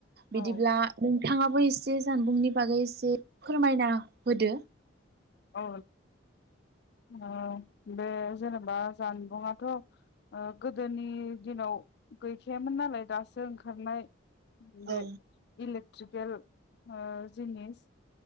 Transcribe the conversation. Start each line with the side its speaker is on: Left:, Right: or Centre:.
Left: औ
Right: बिदिब्ला नों थाङाबो एसे जानबुंनि बागै एसे फोरमायना होदो
Left: औ औ बे जेनेबा जानबुंथ' ओ गोदोनि दिनाव गैखायामोन नालाय दासो ओंखारनाय बे
Right: औ
Left: इल लेक्ट्रिकेल ओ जिनिस